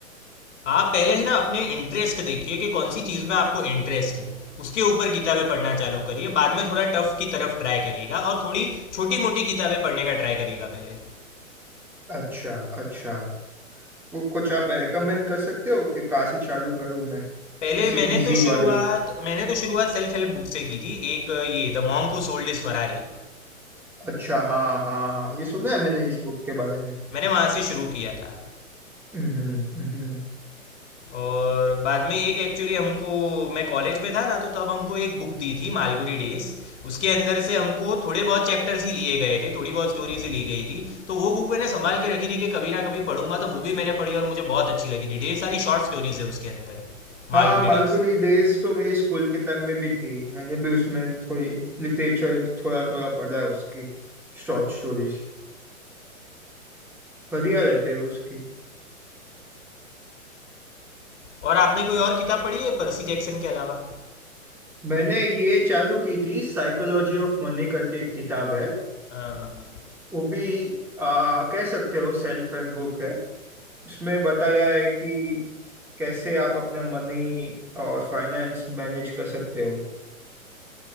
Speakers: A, on the left (about 55°); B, in the centre.
A: आप पहले है ना अपने इंटरेस्ट देखिए कि कौन सी चीज़ में आपको इंटरेस्ट है उसके ऊपर किताबें पढ़ना चालू करिए बाद में थोड़ा टफ की तरफ ट्राई करिएगा और थोड़ी छोटी मोटी किताबें पढ़ने का ट्राई करिएगा पहले
B: अच्छा अच्छा वो कुछ आप रेकमेंड कर सकते हो कि कहाँ से चालू करूँ मैं
A: पहले
B: ऐसे
A: मैंने
B: इजी
A: तो शुरुआत
B: वाले
A: मैंने तो शुरुआत सेल्फ हेल्प बुक से की थी एक ये the monk who sold his Ferrari
B: अच्छा हाँ हाँ हाँ ये सुना है मैंने इस बुक के बारे में
A: मैंने वहाँ से शुरू किया था
B: हम्म हम्म
A: और बाद में एक एक्चुअली हमको मैं कॉलेज में था ना तो तब हमको एक बुक दी थी मालगुडी डेज उसके अंदर से हमको थोड़े बहुत चैप्टर्स ही लिए गए थे थोड़ी बहुत स्टोरीज ही ली गई थी तो वो बुक मैंने संभाल के रखी थी कि कभी ना कभी पढ़ूंगा तो वो भी मैंने पढ़ी और मुझे बहुत अच्छी लगी थी ढेर सारी शॉर्ट स्टोरीज है उसके अंदर
B: हाँ
A: मालगुडी
B: मालगुनी
A: डेज
B: डेज तो मेरी स्कूल के टाइम में भी थी मैंने भी उसमें थोड़ी लिटरेचर थोड़ा थोड़ा पढ़ा है उसकी शॉर्ट स्टोरीज बढ़िया रहते हैं उसकी
A: और आपने कोई और किताब पढ़ी है पर्सी जैक्सन के अलावा
B: मैंने ये चालू की थी साइकोलॉजी ऑफ मनी करके एक किताब है
A: हाँ।
B: वो भी आ, कह सकते हो सेल्फ हेल्प बुक है उसमें बताया है कि कैसे आप अपना मनी और फाइनेंस मैनेज कर सकते हो